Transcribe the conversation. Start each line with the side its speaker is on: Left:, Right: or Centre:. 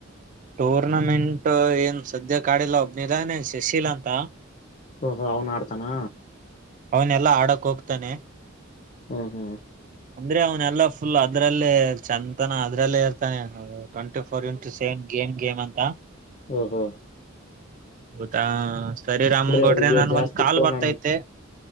Right: ಟೂರ್ನಮೆಂಟ್ ಏನ್ ಸದ್ಯ ಆಡಿಲ್ಲ ಒಬ್ನಿದಾನೆ ಶಶಿಲ ಅಂತ.
Left: ಓಹೋ ಅವನು ಆಡ್ತಾನಾ.
Right: ಅವನೆಲ್ಲಾ ಆಡಕ್ ಹೋಗ್ತಾನೆ.
Left: ಹ್ಮ ಹ್ಮ್.
Right: ಅಂದ್ರೆ ಅವನೆಲ್ಲಾ ಫುಲ್ ಅದ್ರಲ್ಲೇ ಚಂತನ ಅದ್ರಲ್ಲೇ ಇರ್ತಾನೆ. Twenty four into seven game game ಅಂತ.
Left: ಹ್ಮ ಹ್ಮ.
Right: ಹೌದಾ ಸರಿ ರಾಮನ್ಗೌಡ್ರೆ
Left: ಅವ್ರಿಗೆ
Right: ನನ್ಗ
Left: ಜಾಸ್ತಿ
Right: ಒಂದ್ ಕಾಲ್
Left: ಫೋನ್
Right: ಬರ್ತೈತೆ.